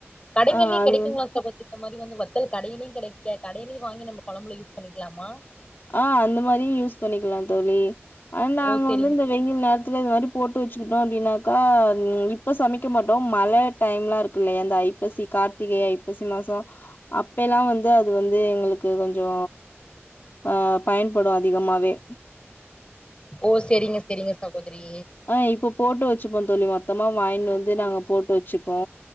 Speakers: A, on the left (about 25°); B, on the left (about 50°).
A: கடைங்களயு
B: ஆ அது
A: கெடைக்குங்களா
B: வந்து
A: சகோ இந்த மாரி வந்து வத்தல் கடையிலயு கிடைக்க கடையிலயு வாங்கி நம்ம கொழம்புல யூஸ் பண்ணிக்கலாமா
B: அ அந்த மாரியு யூஸ் பண்ணிக்கலா தோழி ஆனா நாங்க
A: ஓ செரிங்க
B: வந்து இந்த வெயில் நேரத்தில இது மாரி போட்டு வச்சுக்கிட்டோ அப்டின்னாக்கா இப்ப சமைக்க மாட்டோ மழ டைம் லா இருக்கு இல்லையா அந்த ஐப்பசி கார்த்திகை ஐப்பசி மாசோ அப்ப எல்லா வந்து அது வந்து எங்களுக்கு கொஞ்சோ அ பயன்படு அதிகமாவே
A: ஓ செரிங்க செரிங்க சகோதிரி
B: அ இப்போ போட்டு வச்சுப்போ தோழி மொத்தமா வாங்கின்டு வந்து நாங்க போட்டு வச்சுப்போ